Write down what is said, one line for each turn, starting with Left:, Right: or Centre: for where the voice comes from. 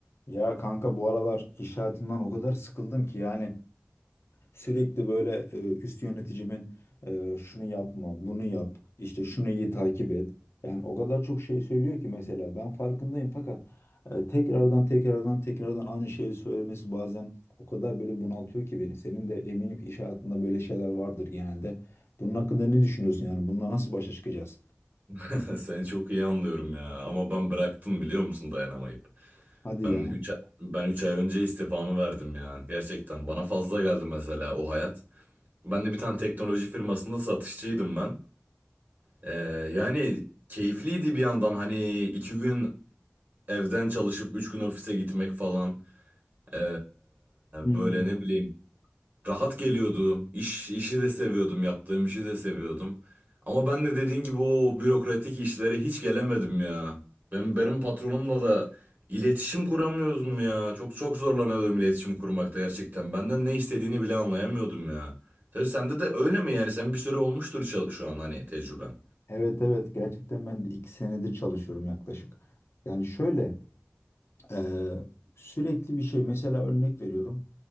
Left: Ya kanka bu aralar iş hayatından o kadar sıkıldım ki yani sürekli böyle e, üst yöneticimin e, şunu yapma, bunu yap, işte şunu iyi takip et. Yani o kadar çok şey söylüyor ki mesela ben farkındayım fakat e, tekrardan tekrardan tekrardan aynı şeyi söylemesi bazen o kadar böyle bunaltıyor ki beni. Senin de eminim ki iş hayatında böyle şeyler vardır genelde. Bunun hakkında ne düşünüyorsun yani? Bununla nasıl başa çıkacağız?
Right: <laughs> Seni çok iyi anlıyorum ya ama ben bıraktım biliyor musun dayanamayıp.
Left: Hadi
Right: Ben
Left: ya.
Right: 3 ben 3 ay önce istifamı verdim ya. Gerçekten bana fazla geldi mesela o hayat. Ben de bir tane teknoloji firmasında satışçıydım ben. Ee, yani keyifliydi bir yandan hani 2 gün evden çalışıp 3 gün ofise gitmek falan. Ee,
Left: Hmm.
Right: böyle ne bileyim Rahat geliyordu. İş, işi de seviyordum. Yaptığım işi de seviyordum. Ama ben de dediğin gibi o bürokratik işlere hiç gelemedim ya. Ben, benim patronumla da iletişim kuramıyordum ya. Çok çok zorlanıyordum iletişim kurmakta gerçekten. Benden ne istediğini bile anlayamıyordum ya. Tabii sende de öyle mi yani? Sen bir süre olmuştur çal- şu an hani tecrüben.
Left: Evet evet gerçekten ben de iki senedir çalışıyorum yaklaşık. Yani şöyle. Ee, sürekli bir şey mesela örnek veriyorum.